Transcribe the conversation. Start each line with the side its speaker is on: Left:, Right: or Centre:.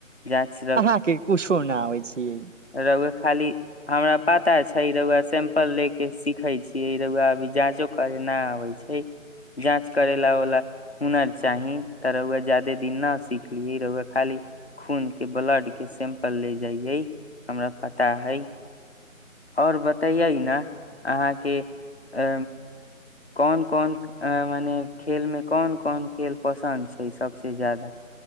Left: जाँच
Right: हाँ के कुशो नहि अबै छिय
Left: रुआ खाली हमरा पता छै रुआ सें्पल ले के सिखे छीियै ई रुआ भ जाँचो करे न आवे छै जाँच करे ला वाला हुनर चाही ते रुआ जादे दिन न सिखलिये रुआ खाली खून के ब्लड के सें्पल ले जाये हमरा पता हइ आओर बतैयै ने अहाँके अ कोन कोन मने खेलमे कोन कोन खेल पसन्द छै सभसँ जादा